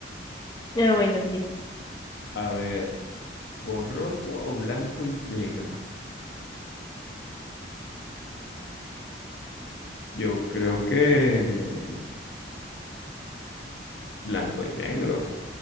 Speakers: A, on the left (about 20°); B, on the left (about 70°).
A: Ah, bueno, sí.
B: A ver, borroso o blanco y negro. Yo creo que blanco y negro,